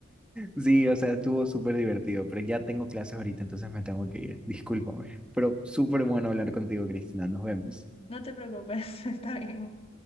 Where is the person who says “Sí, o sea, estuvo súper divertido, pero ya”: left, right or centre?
Centre